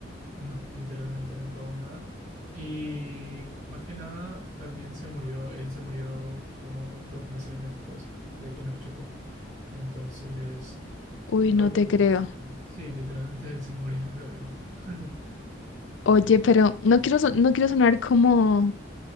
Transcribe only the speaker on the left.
Uy,
no
te creo.
Oye, pero no quiero, son- no quiero sonar como,